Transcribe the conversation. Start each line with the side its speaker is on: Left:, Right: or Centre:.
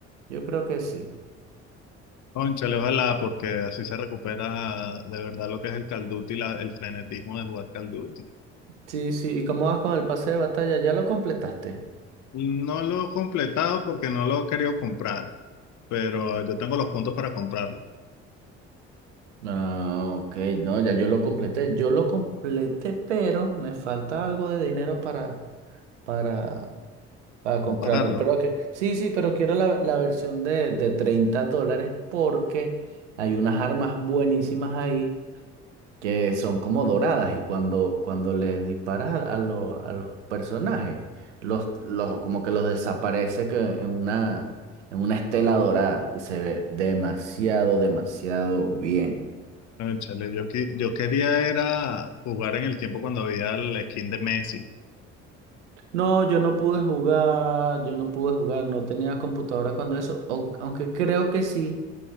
Right: Yo creo que sí.
Left: Cónchale, ojalá, porque así se recupera de verdad lo que es el Call of Duty, la- el frenetismo de jugar Call of Duty.
Right: Sí, sí. ¿Y cómo vas con el pase de batalla? ¿Ya lo completaste?
Left: No lo he completado porque no lo he querido comprar, pero yo tengo los puntos para comprarlo,
Right: Ah, ok, no, ya yo lo completé. Yo lo completé, pero me falta algo de dinero para, para para comprarlo.
Left: para pagarlo.
Right: Pero que, sí, sí, pero quiero la, la versión de, de 30 dólares porque hay unas armas buenísimas ahí que son como doradas y cuando, cuando les disparas a, a lo- a los personajes, los, los, como que los desaparece que en una, en una estela dorada y se ve demasiado, demasiado bien.
Left: Cónchale, yo, qui- yo quería era jugar en el tiempo cuando había el skin de Messi.
Right: No, yo no pude jugar, yo no pude jugar, no tenía computadora cuando eso, o- aunque creo que sí.